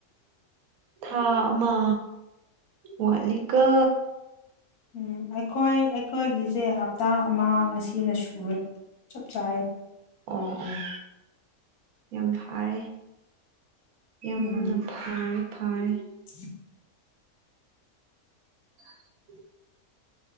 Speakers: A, on the right; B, on the left.
A: ꯊꯥ ꯑꯃ ꯋꯥꯠꯂꯤꯀ
B: ꯎꯝ ꯑꯩꯈꯣꯏ ꯑꯩꯈꯣꯏꯒꯤꯁꯦ ꯍꯞꯇꯥ ꯑꯃ ꯑꯁꯤꯅ ꯁꯨꯔꯦ ꯆꯞ ꯆꯥꯔꯦ
A: ꯑꯣ ꯑꯣ ꯌꯥꯝ ꯐꯥꯔꯦ ꯌꯥꯝꯅ
B: ꯎꯝ
A: ꯐꯔꯦ ꯐꯔꯦ
B: <inaudible>
A: ꯎꯝ